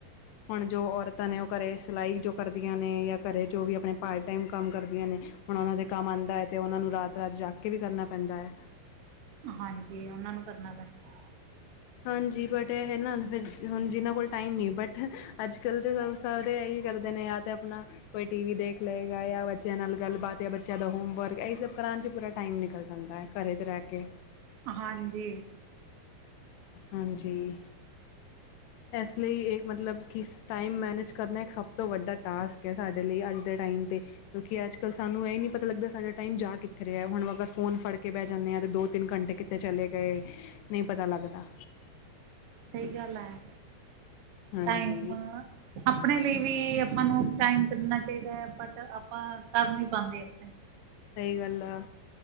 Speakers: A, on the left; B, on the right.
A: ਹੁਣ ਜੋ ਔਰਤਾਂ ਨੇ ਉਹ ਘਰੇ ਸਿਲਾਈ ਜੋ ਕਰਦੀਆਂ ਨੇ ਜਾਂ ਘਰੇ ਜੋ ਵੀ ਆਪਣੇ ਪਾਰਟ ਟਾਈਮ ਕੰਮ ਕਰਦੀਆਂ ਨੇ ਹੁਣ ਉਹਨਾਂ ਦੇ ਕੰਮ ਆਉਂਦਾ ਹੈ, ਅਤੇ ਉਹਨਾਂ ਨੂੰ ਰਾਤ ਰਾਤ ਜਾਗ ਕੇ ਵੀ ਕਰਨਾ ਪੈਂਦਾ ਹੈ
B: ਹਾਂਜੀ ਉਹਨਾਂ ਨੂੰ ਕਰਨਾ ਪੈਂਦਾ
A: ਹਾਂਜੀ ਬਟ ਇਹ ਹੈ ਨਾ ਫਿਰ ਹੁਣ ਜਿਨਾਂ ਕੋਲ ਟਾਈਮ ਨਹੀਂ, ਬਟ ਅੱਜ ਕੱਲ੍ਹ ਤਾਂ ਸ ਸਾਰੇ ਇਹੀ ਕਰਦੇ ਨੇ ਯਾਰ ਤੇ ਆਪਣਾ ਕੋਈ ਟੀ ਵੀ ਦੇਖ ਲਏਗਾ ਜਾਂ ਬੱਚਿਆਂ ਨਾਲ ਗੱਲਬਾਤ ਜਾਂ ਬੱਚਿਆਂ ਦਾ ਹੋਮ ਵਰਕ, ਇਹ ਸਭ ਕਰਾਉਣ ਚ ਪੂਰਾ ਟਾਈਮ ਨਿਕਲ ਜਾਂਦਾ ਹੈ ਘਰੇ ਤੇ ਰਹਿ ਕੇ
B: ਹਾਂਜੀ
A: ਹਾਂਜੀ ਇਸ ਲਈ ਇਹ ਮਤਲਬ ਕਿ ਟਾਈਮ ਮੈਨੇਜ ਕਰਨਾ ਇੱਕ ਸਭ ਤੋਂ ਵੱਡਾ ਟਾਸਕ ਹੈ ਸਾਡੇ ਲਈ ਅੱਜ ਦੇ ਟਾਈਮ 'ਤੇ ਕਿਉਂਕਿ ਅੱਜ ਕੱਲ ਸਾਨੂੰ ਇਹ ਨ ਨਹੀਂ ਪਤਾ ਲੱਗਦਾ ਸਾਡਾ ਟਾਈਮ ਜਾ ਕਿੱਥੇ ਰਿਹਾ ਹੁਣ ਅਗਰ ਫੋਨ ਫੜ ਕੇ ਬਹਿ ਜਾਂਦੇ ਆਂ ਤੇ ਦੋ ਤਿੰਨ ਘੰਟੇੱ ਤੇ ਚਲੇ ਗਏ ਨਹੀਂ ਪਤਾ ਲੱਗਦਾ
B: ਸਹੀ ਗੱਲ ਹੈ
A: ਹਾਂਜੀ
B: ਟਾਈਮ ਆਪਣੇ ਲਈ ਵੀ ਆਪਾਂ ਨੂੰ ਟਾਈਮ ਕੱਢਣਾ ਚਾਹੀਦਾ ਹੈ ਬਟ ਆਪਾਂ ਕਰ ਨੀ ਪਾਉਂਦੇ ਆਪਣੇ
A: ਸਹੀ ਗੱਲ ਐ